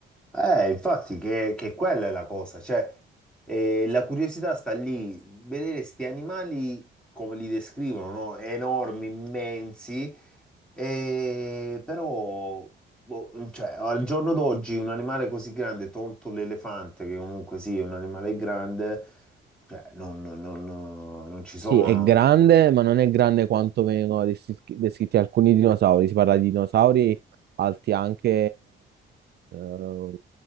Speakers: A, in the centre; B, on the right (about 55°).
A: Eh, infatti che, che quella è la cosa, cioè eh, la curiosità sta lì, vedere sti animali come li descrivono, no? Enormi, immensi, e però boh, cioè, al giorno d'oggi un animale così grande, tolto l'elefante, che comunque sì, è un animale grande, cioè, non, non- non- non ci
B: Sì,
A: sono.
B: è grande, ma non è grande quanto vengono descritti, descritti alcuni dinosauri. Si parla di dinosauri alti anche eh,